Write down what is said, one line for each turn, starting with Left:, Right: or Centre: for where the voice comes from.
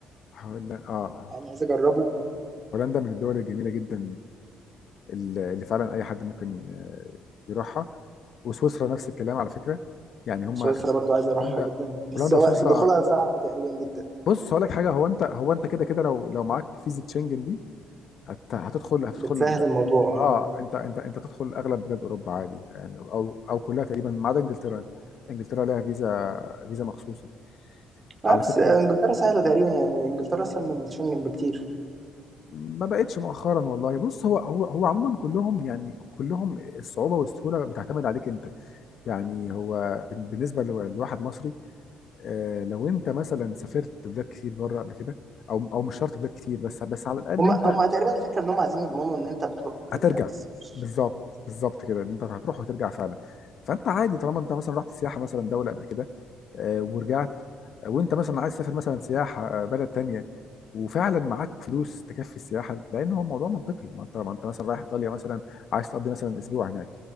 Left: هولندا اه
Right: يعني عايز اجربه
Left: هولندا من الدول الجميله جدا اللي فعلا اي حد ممكن آه، يروحها وسويسرا نفس الكلام على فكره يعني هم
Right: سويسرا برضو عايز اروحها
Left: هولندا
Right: جدا بس
Left: هولندا
Right: هو
Left: وسويسرا
Right: دخولها صعب تقريبا جدا
Left: بص هقول لك حاجه هو انت هو انت كده كده لو لو معاك فيزا شنجن دي هت- هتدخل هتدخل
Right: بتسهل الموضوع
Left: اه
Right: اه
Left: انت انت انت تدخل اغلب بلاد اوروبا عادي يعني او او كلها تقريبا ما عدا انجلترا انجلترا لها فيزا فيزا مخصوصه
Right: آه،
Left: على
Right: بس
Left: فكره
Right: انجلترا سهله تقريبا يعني انجلترا اسهل من الشنجن بكتير
Left: ما بقتش مؤخرا والله بص هو هو هو عموما كلهم يعني كلهم الصعوبة والسهولة بتعتمد عليك انت يعني هو بن- بالنسبة لو- لواحد مصري آه، لو انت مثلا سافرت بلاد كتير بره قبل كده او او مش شرط بلاد كتير بس بس على الاقل
Right: هما
Left: انت
Right: هما تقريبا الفكره ان هما عايزين يضمنوا ان انت بتروح وبترجع
Left: هترجع
Right: بس مش
Left: بالظبط
Right: اه
Left: بالظبط كده انت هتروح وترجع فعلا فانت عادي طالما انت مثلا رحت سياحه مثلا دوله قبل كده آه، ورجعت آه، وانت مثلا عايز تسافر مثلا سياحه آه، بلد تانية وفعلا معاك فلوس تكفي السياحه لان هو الموضوع منطقي ما انت ما انت مثلا رايح ايطاليا مثلا عايز تقضي مثلا اسبوع هناك